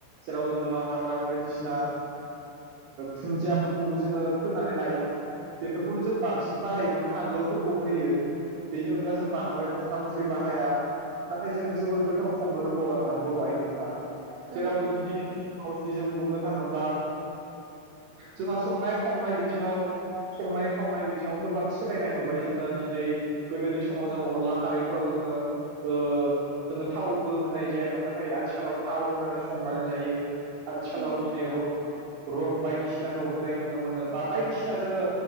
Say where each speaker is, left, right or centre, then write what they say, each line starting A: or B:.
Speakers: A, on the right; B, on the right.
A: जेराव जोङो हाग्रानि बायदिसिना। दुन्दियाफोरखौबो जोङो फोनानै लायोमोन। बेफोरखौनो जों बांसिन बाहायोमोन फानलुफोरखौ होयो। बेनि अनगा जों बांद्राय मस्ला मस्लि बाहाया। नाथाय जों जोबोर गोथाव संनो रोंगौ आरोना बर' आइजोफोरा जेराव
B: औ नंगौ
A: जों दिनै। जुदि जों बुंनो थाङोब्ला जोंहा संनाय खावनाय बिथिङाव। संनाय खावनाय बिथिङाव गोबां सोलायनाय नुबाय जोङो दिनै। गोदोनि समाव जों अनला खारैफोराव जोङो। जोङो थावबो होनाय जायामोन नाथाय आथिखालाव थाव होनानै संनानै जायो। आथिखालाव
B: औ
A: दिनै रं रं बायदिसिनाखौ होनाय नुनो मोनो बा बायदिसिना जोङो।